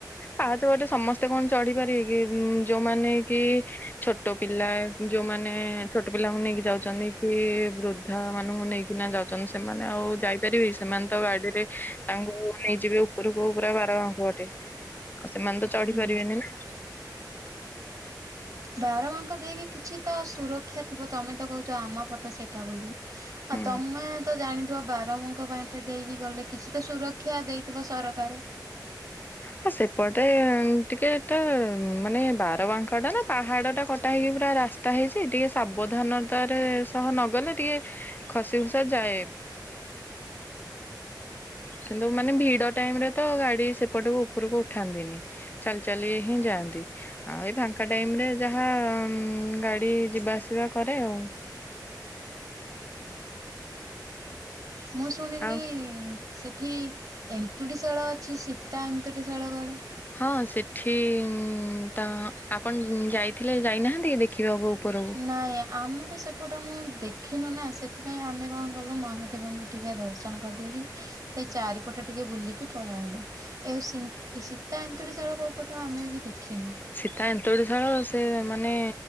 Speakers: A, on the left; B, on the right.
A: ପା ତ ଗଟେ ସମସ୍ତେ କଣ ଚଢି ପାରିବେ କି ଯୋଉମାନୋନ କି ଛୋ ଛୋଟ ପିଲା ଯୋଉମାନେ ଛୋଟ ପିଲାଙ୍କୁ ନେଇକି ଯାଉଛନ୍ତି କି ବୃଦ୍ଧା ମାନଙ୍କୁ ନେଇକିନା ଯାଉଛନ୍ତି ସେମାନେ ଆଉ ଯାଇ। ପାରିବି ସେମାନେ ତ ବାଡିରେ ତାଙ୍କୁ ନେଇଯିବେ ଉପରକୁ ପୁରା ବାରଙ୍କୁ ଅଟେ। ଆଉ ସେମାନେ ତ
B: ହୁଁ
A: ଚଢି ପାରିବେନି ନା।
B: ବାର ମାଙ୍କ ଦେଇକି କିଛି ତ ସୁରକ୍ଷା ଥିବ ତମେ ତ କହୁଛ ଆମ ପଟ ସେଇଟା ବୋଲି
A: ହୁଁ।
B: ଆ ତମେ ତ ଜାଣିଥିବ ବାରବଙ୍କ ପାଇଁ। ମତେ ଦେଇକି ଗଲେ କିଛି ତ ସୁରକ୍ଷା ଦେଇଥିବ ସରକାର।
A: ହଁ ସେପଟେ ଟିକେ ଏଟା ମାନେ ବାରବାଙ୍କ ଟା ନା ପାହାଡ ଟା କଟା ହେଇକି ପୁରା ରାସ୍ତା। ହେଇଛି ଟିକେ ସାବଧାନତାାରେ ସହ ନଗଲେ ଟିକେ ଖସି ଖୁସା ଯାଏ କିନ୍ତୁ ମାନେ ଭିଡ ଟାଇମ ରେ ତ ଗାଡି ସେପଟ। ଉପ ଉପରକୁ ଉଠାନ୍ତିନି ଚାଲି ଚାଲି ହିଁ ଯାଆନ୍ତି। ଆଉ ଏଇ ଫାଙ୍କା ଟାଇମ ରେ ଯାହା ଗାଡି ଯିବା ଆସିବା କରେ ଆଉ
B: ମୁଁ ଶୁଣିଲି
A: ଆଉ
B: ସେଠି ଏନ୍ତୁଟି ଶାଳ ଅଛି ସୀତା ଏନ୍ତୁଟି ଶାଳ ଗୁଆଡେ।
A: ହଁ ସେଠି ତ ଆପଣ ଯାଇଥିଲେ ଯାଇନାହାନ୍ତି କି ଦେଖିବାକୁ ଉପରକୁ।
B: ନାଇଁ ଆମେ ତ ସେପଟ ମୁଁ ଦେଖିନୁ ନା ସେଥିପାଇଁ ଆମେ କଣ କଲୁ ମହାଦେବଙ୍କୁ ଟିକେ ଦର୍ଶନ କରିଦେଇକି ସେ ଚାରିପଟ ଟିକେ ବୁଲିକି ପଳେଇଲୁ। ଏ ସୀତା ଏନ୍ତୁଡି ଶାଳ କୋଉ ପଟୁ ଆମେ ବି ଦେଖିନ।
A: ସୀତା ଏନ୍ତୋଳିଶାଳ ସେ ମାନେ